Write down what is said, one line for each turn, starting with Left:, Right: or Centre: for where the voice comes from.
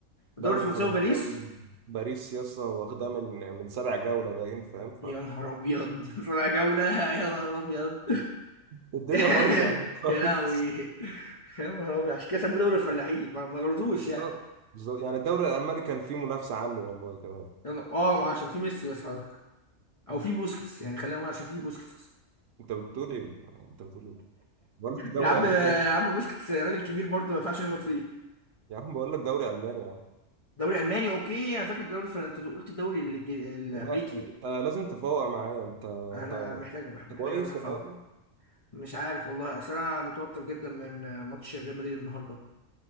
Left: الدوري
Right: دوري
Left: الفرنساوي
Right: فرنساوي
Left: باريس
Right: باريس يا اسطى واخداه من من سبع جوله باين فاهم
Left: يا نهار أبيض <laughs> رابع جولة يا نهار أبيض
Right: فالدنيا
Left: <laughs>
Right: بايظه هناك خالص
Left: يا لهوي يا نهار أبيض عشان كده سموه دوري الفلاحين ما ما
Right: <laughs>
Left: غلطوش
Right: بالظبط
Left: يعني
Right: بالظبط يعني الدوري الالماني كان فيه منافسه عنه والله كمان
Left: يلا اه عشان في ميسي بس حضرتك او في بوسكيتس يعني خلينا نقول عشان في بوسكيتس <laughs>
Right: انت بتقول ايه يعني انت بتقول ايه بقول لك دوري
Left: يا عم
Right: الماني
Left: يا
Right: <laughs>
Left: عم بوسكيتس راجل كبير برضه ما ينفعش نغلط فيه
Right: يا عم بقول لك دوري الماني يا عم
Left: دوري الماني اوكي انا فاكر الدوري الفرنسي أنت قلت الدوري الإنجلي- الامريكي
Right: لا انت لازم تفوق معايا انت
Left: انا
Right: انت
Left: محتاج محتاج
Right: انت كويس
Left: اروح افوق
Right: الأول
Left: مش عارف والله اصل انا متوتر جدا من ماتش ريال مدريد النهارده